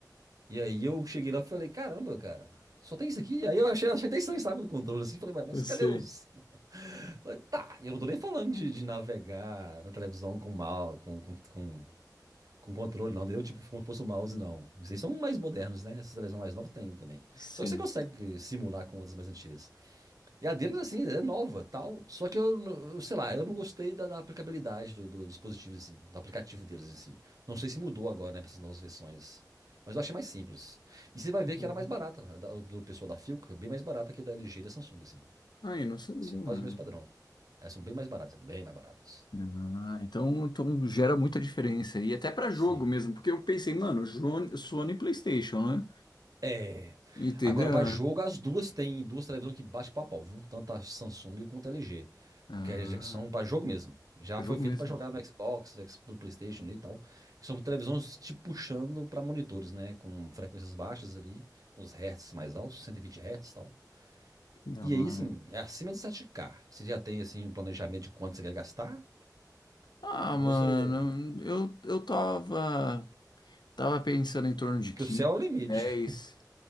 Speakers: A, on the right (about 55°); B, on the left (about 80°).
A: E aí eu cheguei lá e falei, caramba, cara, só tem isso aqui? Aí eu achei, achei até estranho, sabe, o controle, assim. Falei, "Ué, mas
B: Eu sei.
A: cadê os... Falei, tá, e eu não tô nem falando de, de navegar na televisão com mal, com, com, com com controle, não, entendeu? Tipo, como se fosse um mouse, não. Vocês são mais modernos, né? Essas televisões mais novas tem também.
B: Sim.
A: Só que você consegue simular com outras mais antigas. E a deles, assim, é nova, tal. Só que eu, eu sei lá, eu não gostei da, da aplicabilidade do, do dispositivo, assim, do aplicativo deles em si. Não sei se mudou agora, né, para essas novas versões. Mas eu achei mais simples. E você vai
B: Entendi.
A: ver que era mais barata, a da- do pessoal da Philco, bem mais barata que da LG e da Samsung, assim.
B: Ai, não sabia,
A: Isso é quase
B: né?
A: o mesmo padrão. Elas são bem mais baratas, bem mais baratas.
B: Ah, então, então gera muita diferença. E até pra
A: Sim.
B: jogo mesmo, porque eu pensei, mano, Sony, Sony e PlayStation, né?
A: É.
B: Entendeu?
A: Agora, para jogo, as duas têm duas televisões que bate pau a pau, viu? Tanto a Samsung quanto a LG.
B: Ah,
A: Que aí já são para jogo mesmo. Já
B: jogo
A: foi feita
B: mesmo.
A: para jogar no Xbox, X- no PlayStation ali e tal. São televisões te puxando para monitores, né? Com frequências baixas ali, com os hertz mais altos, 120 hertz e tal.
B: Que da
A: E
B: hora.
A: aí, sim, é acima de 7K. Você já tem, assim, um planejamento de quanto você quer gastar?
B: Ah,
A: Ou
B: mano,
A: você.
B: eu, eu tava, tava pensando em torno de 15,
A: Que o céu é o limite.
B: 10